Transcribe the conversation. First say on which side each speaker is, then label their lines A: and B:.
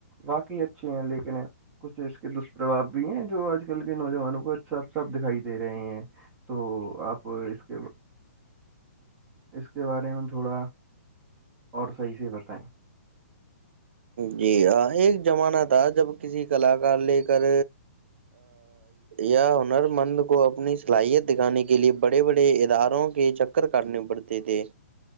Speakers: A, on the right; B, on the right.
A: باقی اچھے ہیں لیکن کچھ اس کے دش پر بھاو بھی ہیں جو آج کل کے نوجوانوں کو صاف صاف دکھائی دے رہے ہیں تو آپ اس کے اس کے بارے میں تھوڑا اور صحیح سے بتائیں
B: جی ہاں ایک زمانہ تھا جب کسی کلاکار لے کر یا ہنر مند کو اپنی صلاحیت سکھانے کے لیے بڑے بڑے اداروں کے چکر کرنے پڑتے تھے